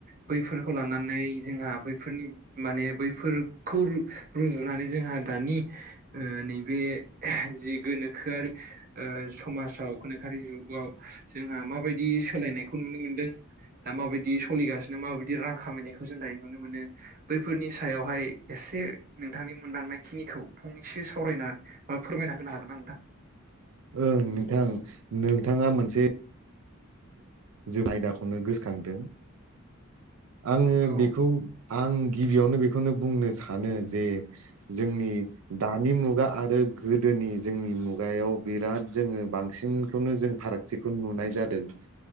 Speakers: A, on the right (about 40°); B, on the right (about 75°).
A: बैफोरखौ लानानै जोंहा बैफोरनि माने बैफोरखौ रुजुनानै जोंहा दानि नैबे जि गोनोखोआरि समाजाव गोनोखोआरि जुगाव जोंहा माबायदि सोलायनायखौ नुनो मोनदों दा माबायदि सलिगासिनो माबायदि रां खामायनायखौ जों दायो नुनो मोनो बैफोरनि सायावहाय एसे नोंथांनि मोनदांनाय खिनिखौ फंनैसे सावरायनानै बा फोरमायना होनो हागोन नोंथां?
B: ओं नोंथां नोंथाङा मोनसे जोब आयदाखौनो गोसोखांदों। आङो
A: औ
B: बेखौ आं गिबियावनो बेखौनो बुंनो सानो जे जोंनि दानि मुगा आरो गोदोनि जोंनि मुगायाव बिराद जोङो बांसिन बेखौनो जों फारागथिखौ नुनाय जादों। दों।